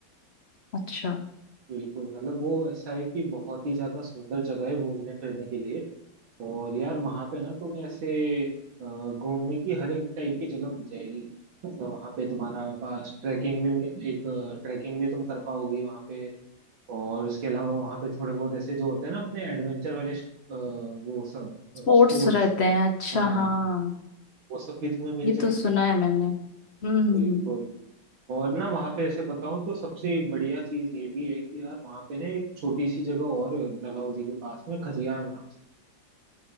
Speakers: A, on the left (about 50°); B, on the right (about 80°).
A: अच्छा
B: बिल्कुल मतलब वो ऐसा है कि बहुत ही ज्यादा सुंदर जगह है घूमने फिरने के लिए और यार वहां पे ना तुम्हें ऐसे अ, घूमने की हर एक टाइप की जगह मिल जाएगी मतलब वहां पे तुम्हारा पास ट्रैकिंग भी एक ट्रैकिंग भी तुम कर पाओगी वहां पे और उसके अलावा वहां पे थोड़े बहुत ऐसे जो होते हैं ना अपने एडवेंचर वाले अ, वो सब
A: स्पोर्ट्स
B: स्पोर्ट्स
A: रहते हैं अच्छा
B: हाँ
A: हाँ
B: वो सब भी तुम्हें मिल
A: ये
B: जाएंगे
A: तो सुना है मैंने हम्म हम्म
B: बिल्कुल
A: हम्म।
B: और ना वहाँ पे ऐसे बताऊं तो सबसे एक बढ़िया चीज ये भी है कि यार वहाँ पे ना एक छोटी सी जगह और है, डलहौजी के पास में खजियार नाम